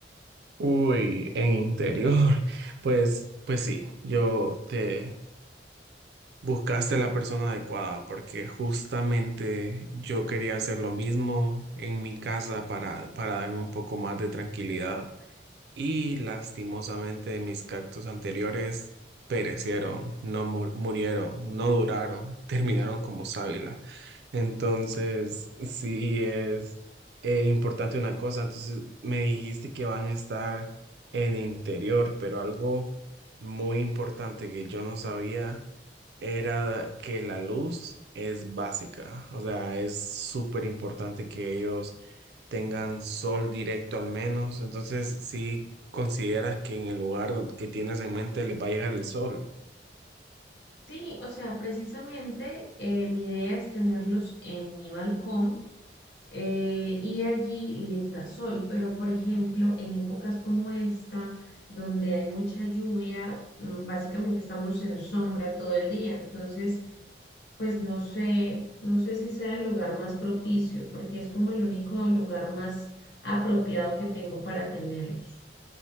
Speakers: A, on the right (about 65°); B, on the left (about 75°).
A: Uy, en interior. <laughs> Pues, pues sí, yo te buscaste la persona adecuada porque justamente yo quería hacer lo mismo en mi casa para, para darme un poco más de tranquilidad. Y lastimosamente mis cactus anteriores perecieron, no mu- murieron, no duraron, <laughs> terminaron como sábila. Entonces, sí es eh, importante una cosa. Entonces, me dijiste que van a estar en interior, pero algo muy importante que yo no sabía era que la luz es básica, o sea, es súper importante que ellos tengan sol directo al menos. Entonces, si consideras que en el lugar don- que tienes en mente les va a llegar el sol.
B: Sí, o sea, precisamente eh, mi idea es tenerlos en mi balcón eh, y allí les da sol, pero por ejemplo, en épocas como esta, donde hay mucha lluvia, mm, básicamente estamos en sombra todo el día, entonces, pues no sé, no sé si sea el lugar más propicio, porque es como el único lugar más apropiado que tengo para tenerlos.